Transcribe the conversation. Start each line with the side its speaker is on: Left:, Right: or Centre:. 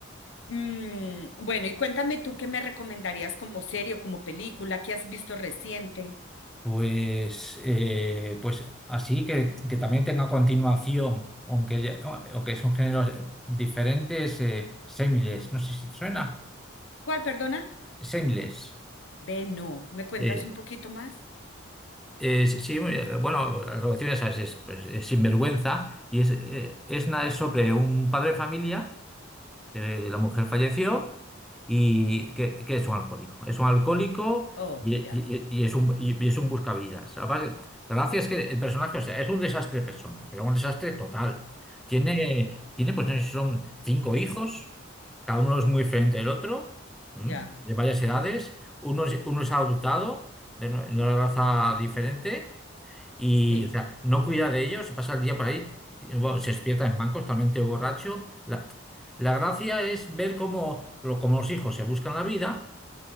Left: Mm, bueno, y cuéntame tú qué me recomendarías como serie o como película que has visto reciente.
Centre: Pues, eh, pues así que, que también tenga continuación, aunque, ya- aunque son géneros eh, diferentes, eh, Semiles, no sé si te suena,
Left: ¿Cuál, perdona?
Centre: Semiles.
Left: Ve, no. ¿Me cuentas
Centre: Eh,
Left: un poquito más?
Centre: eh, sí, eh, bueno, la traducción ya sabes, es, pues, es sinvergüenza y es, eh, es nada, es sobre un padre de familia. Eh, la mujer falleció y que, que es un alcohólico. Es un alcohólico
Left: Oh,
Centre: y,
Left: ya,
Centre: y- y es un, y, es un buscavidas. Además, la gracia es que el personaje, o sea, es un desastre persona, pero un desastre total. Tiene, tiene pues no sé si son cinco hijos, cada uno es muy diferente del otro, ¿m?
Left: ya,
Centre: de varias edades. Uno es, uno es adoptado de una de una raza diferente. Y,
Left: sí.
Centre: o sea, no cuida de ellos, se pasa el día por ahí, y, bueno, se despierta en bancos, totalmente borracho. La, la gracia es ver cómo, lo- cómo los hijos se buscan la vida